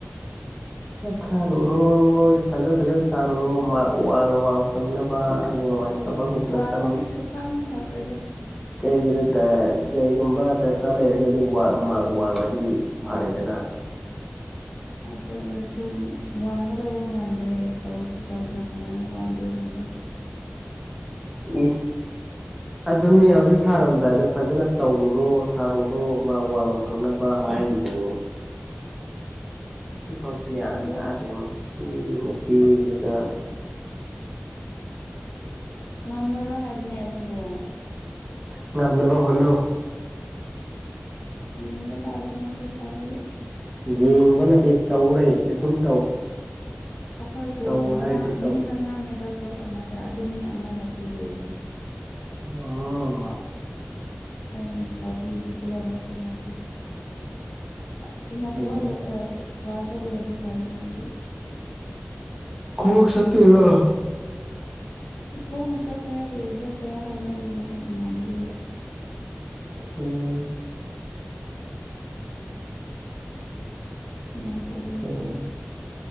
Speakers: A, in the centre; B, on the left.
A: ꯊꯥꯔꯨꯔꯣ ꯐꯖ ꯐꯖꯅ ꯊꯥꯔꯨꯔꯣ ꯃꯥ ꯋꯥꯡ ꯋꯥꯡ ꯐꯪꯅꯕ ꯍꯌꯦꯡꯋꯥꯏ ꯊꯕꯛꯒꯨꯝꯕ
B: ꯋꯥꯡꯉꯗꯤ
A: ꯆꯪ
B: ꯁꯨ ꯐꯪ ꯐꯪꯪꯂꯣꯏꯗ
A: ꯀꯩꯒꯤꯅꯣ ꯀꯩꯒꯨꯝꯕ ꯗꯔꯀꯥꯔ ꯂꯩꯔꯒꯗꯤ ꯋꯥꯡꯉꯗꯤ ꯐꯥꯔꯦꯗꯅ
B: ꯑꯗꯨ ꯑꯣꯏꯔꯁꯨ ꯋꯥꯡꯒꯗꯧꯕ ꯃꯥꯟꯗ꯭ꯔꯦ ꯇꯧꯁꯨ ꯇꯧꯗꯅ ꯀꯃꯥꯏꯅ ꯋꯥꯡꯗꯣꯏꯅꯣꯗ
A: ꯎꯝ
B: <unintelligible>
A: ꯑꯗꯨꯅꯤ ꯍꯧꯖꯤꯛ ꯊꯥꯔꯝꯗꯥꯏꯗ ꯐꯖꯅ ꯇꯧꯔꯨꯔꯣ ꯊꯥꯔꯨꯔꯣ ꯃꯥ ꯋꯥꯡꯅ ꯐꯪꯅꯕ ꯍꯥꯏꯔꯤꯁꯤꯅꯦ ꯁꯤꯐꯥꯎꯗꯤ ꯍ꯭ꯌꯥꯟ
B: ꯇꯜꯂꯦ
A: ꯇꯥꯔꯗꯦ ꯃꯁꯤ ꯅꯨꯄꯤꯁꯤꯒ
B: ꯉꯝꯃꯔꯣꯏ ꯍꯥꯏꯕꯅꯦ ꯑꯗꯨꯕꯨꯣ
A: ꯉꯥꯟꯗꯕ ꯍꯜꯅꯨ
B: ꯌꯦꯡꯕ ꯇꯥꯕꯅꯦ ꯑꯗꯨ ꯇꯥꯔꯗꯤꯦ
A: ꯌꯦꯡꯕ ꯅꯠꯇꯦ ꯇꯧꯔꯦ ꯑꯗꯨꯝ ꯇꯧ
B: ꯑꯩꯈꯣꯏ ꯒ꯭ꯔꯨꯞ
A: ꯇꯧ
B: ꯃꯉꯥ
A: ꯍꯥꯏꯔꯗꯤ ꯇꯧ
B: ꯃꯤ ꯃꯉꯥꯅꯦꯕ ꯒ꯭ꯔꯨꯞ ꯑꯃꯗ ꯑꯗꯨ ꯃꯤ ꯑꯃꯅ ꯇꯨꯗꯣꯏꯅꯤ
A: ꯎ ꯑꯣ
B: ꯍꯣꯏꯅ ꯇꯧꯕꯕꯤꯒꯗꯕꯁꯨ ꯅꯠꯇꯦ ꯊꯨꯅ ꯊꯕꯛ
A: ꯎꯝ
B: ꯀ꯭ꯂꯥꯁꯇ ꯂꯣꯏꯔꯦ ꯐꯅꯤ ꯉꯁꯤ
A: ꯈꯣꯒ ꯁꯠꯇꯦꯔꯣ
B: ꯈꯣꯡ ꯆꯠꯁꯦꯔꯥ ꯀꯨꯔꯦꯟ ꯆꯠꯁꯦꯔ ꯍꯥꯏꯅꯔꯤꯅꯦ ꯏꯃꯥꯟꯅꯕꯤꯒ
A: ꯎꯝ
B: ꯌꯥꯝ ꯇꯜꯂꯦꯕ
A: ꯐꯩꯅꯦ